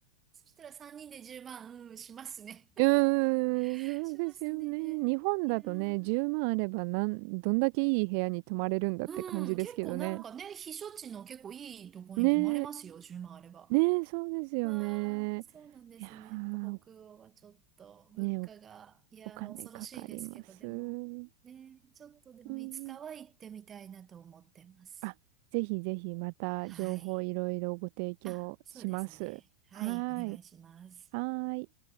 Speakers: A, on the right; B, on the right.
A: そしたら3人で10万、うん、しますね。
B: うーん、
A: <laughs>
B: そうですよね。
A: しますね。
B: 日本だとね、
A: いやー
B: 10万あればなん、どんだけいい部屋に泊まれるんだって感じですけどね。
A: うん、結構なんかね、避暑地の結構いいとこに泊まれますよ、
B: ねえ、
A: 10万あれば。
B: ねえ、そうですよね。
A: わあ、そうなんですね。
B: いや
A: やっぱ北欧はちょっと物価が、
B: ー、ねえ、お、
A: いやー、
B: お金かかります。
A: 恐ろしいですけど、でも、
B: う
A: ね、ちょっとでもいつかは行ってみたいなと思ってます。
B: ん。あ、ぜひぜひまた情報いろいろご提供します。
A: はい。あ、そうですね。はい、
B: はーい。
A: お願いします。
B: はーい。